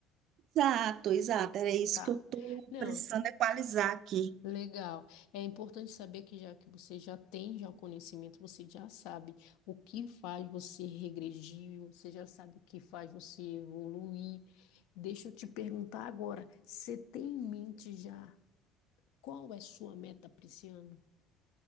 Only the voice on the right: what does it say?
Exato, exato, era isso
que eu estou
precisando equalizar aqui.